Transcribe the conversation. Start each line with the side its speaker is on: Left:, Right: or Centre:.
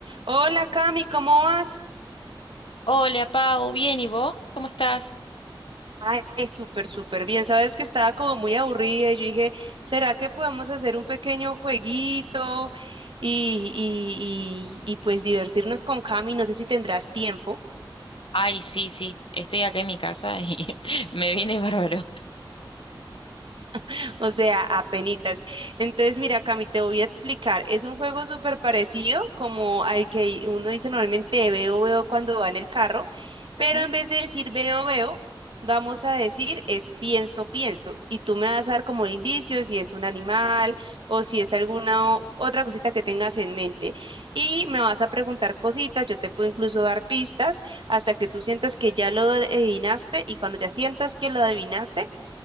Right: Hola Cami, ¿cómo vas?
Left: Hola, Pau, bien, ¿y vos? ¿Cómo estás?
Right: Ay, súper, súper bien. Sabes que estaba como muy aburrida y yo dije, ¿será que podemos hacer un pequeño jueguito y, y, y, y pues divertirnos con Cami? No sé si tendrás tiempo.
Left: Ay, sí, sí, estoy acá en mi casa y <laughs> me viene bárbaro.
Right: <laughs> O sea, apenitas. Entonces, mira, Cami, te voy a explicar. Es un juego súper parecido como al que uno dice normalmente veo, veo cuando va en el carro, pero
Left: Ujú.
Right: en vez de decir veo, veo, vamos a decir es pienso, pienso. Y tú me vas a dar como el indicio si es un animal o si es alguna o- otra cosita que tengas en mente. Y me vas a preguntar cositas, yo te puedo incluso dar pistas hasta que tú sientas que ya lo adivinaste y cuando ya sientas que lo adivinaste,